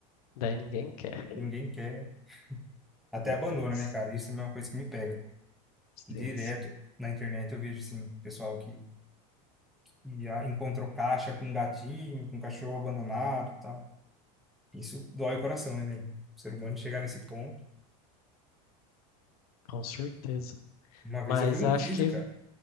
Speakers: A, on the left; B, in the centre.
A: daí ninguém quer.
B: ninguém quer Até
A: Coitados.
B: abandona, né, cara? Isso também é uma coisa que me pega.
A: Sim,
B: Direto
A: sim,
B: na internet eu vejo, assim, pessoal que ia, encontrou caixa com gatinho, com cachorro abandonado e tal. Isso dói o coração, né, velho? O ser humano chegar nesse ponto.
A: com certeza.
B: Uma
A: Mas
B: vez eu vi um
A: acho
B: vídeo,
A: que.
B: cara,